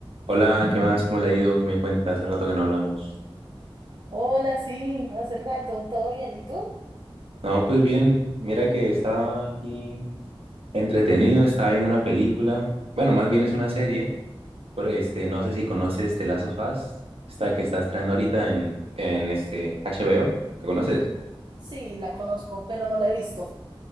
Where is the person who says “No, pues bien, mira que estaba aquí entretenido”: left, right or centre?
Right